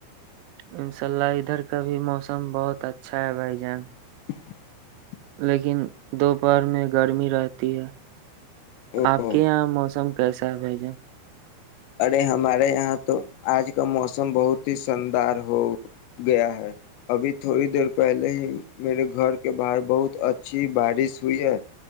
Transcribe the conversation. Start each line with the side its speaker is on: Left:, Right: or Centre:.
Right: انشاء اللہ ادھر کا بھی موسم بہت اچھا ہے بھائی جان
Left: ہہ
Right: لیکن دوپہر میں گرمی رہتی ہے
Left: جان
Right: آپ کے یہاں موسم کیسا ہے بھجن
Left: ارے ہمارے یہاں تو آج کا موسم بہت ہی شاندار ہو گیا ہے ابھی تھوڑی دیر پہلے ہی میرے گھر کے باہر بہت اچھی بارش ہوئی ہے